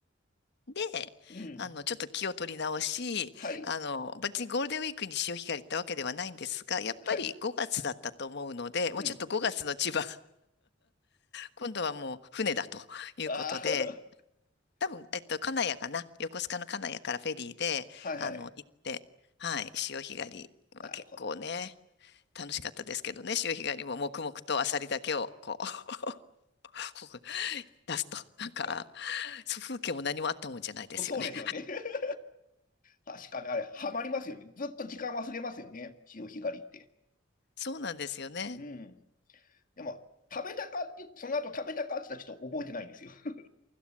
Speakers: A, on the left; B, on the left.
A: う。で、
B: うん。
A: あの、ちょっと気を取り直し、
B: はい。
A: あの、別にゴールデンウィークに潮干狩り行ったわけではないんですが、やっぱり5月だったと思うので、
B: はい。うん。
A: もうちょっと5月の千葉今度はもう船だということで、
B: ああ、
A: 多分、えっと、金谷かな、横須賀の金谷からフェリーで、
B: <laughs> はいはい。
A: あの、行って、はい、潮干狩りは結構ね、
B: なるほど。
A: 楽しかったですけどね、潮干狩りも黙々とアサリだけをこう、<laughs> 出すと、なんか、
B: <laughs>
A: そう風景も何もあったもんじゃないですよね。
B: そうそうですよね。<laughs> 確かにあれ、ハマりますよね。ずっと時間忘れますよね。潮干狩りって。
A: そうなんですよね。
B: うん。でも、食べたかって言って、その後食べたかって言ったらちょっと覚えてないんですよ。<laughs>